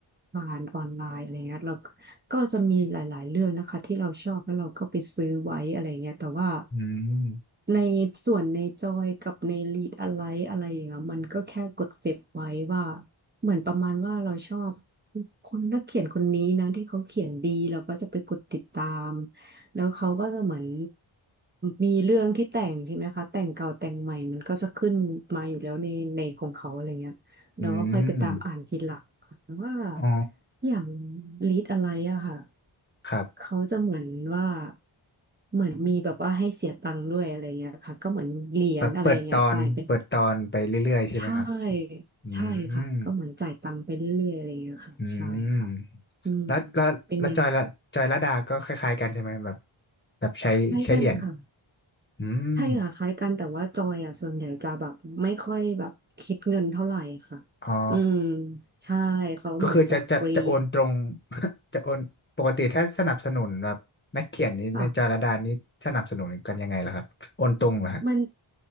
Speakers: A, on the right; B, on the left.
A: ผ่านออนไลน์อะไรเงี้ยเราก็ก็จะมีหลายๆเรื่องนะคะที่เราชอบแล้วเราก็ไปซื้อไว้อะไรเงี้ยแต่ว่า
B: อืม
A: ในส่วนในจอยกับในลีดอะไรอะไรอย่างเงี้ยมันก็แค่กดเฟซไว้ว่าเหมือนประมาณว่าเราชอบ คนนักเขียนคนนี้นะที่เขาเขียนดีเราก็จะไปกดติดตามแล้วเขาก็จะเหมือนมีเรื่องที่แต่งใช่ไหมคะแต่งเก่าแต่งใหม่มันก็จะขึ้นมาอยู่แล้วในในของเขาอะไรเงี้ยเราก็ค่อยไปตามอ่านทีหลังค่ะแต่ว่า
B: อืมอ๋อ
A: อย่างลีดอะไรอะค่ะ
B: ครับ
A: เขาจะเหมือนว่าเหมือนมีแบบว่าให้เสียตังค์ด้วยอะไรเงี้ยค่ะก็เหมือนเหรียญอะไรเงี้ยจ่ายเป็น
B: แบบเปิดตอนเปิดตอนไปเรื่อยๆใช่ไหมครับ
A: ใช่ใช่ค่ะก็เหมือนจ่ายตังค์ไปเรื่อยๆอะไรอย่างเงี้ยค่ะใช่ค่ะ
B: อืม อืม
A: อืม
B: แล้วแล้วแล้วจอยละจอยละดาก็คล้ายๆกันใช่ไหมแบบ
A: เป็นแนว
B: แบบใช้ใช้เหรียญ
A: คล้ายกันค่ะ
B: อืม
A: ใช่ค่ะคล้ายกันแต่ว่าจอยอ่ะส่วนใหญ่จะแบบไม่ค่อยแบบคิดเงินเท่าไหร่ค่ะ
B: อ๋อ
A: อืมใช่เขาเหมือนจะฟรี
B: ก็คือจะจะจะโอนตรง <laughs> จะโอนปกติถ้าสนับสนุนแบบนักเขียนนี้ในจอยละดานี้สนับสนุนกันยังไงล่ะครับโอนตรงเหรอฮะ
A: ค่ะมัน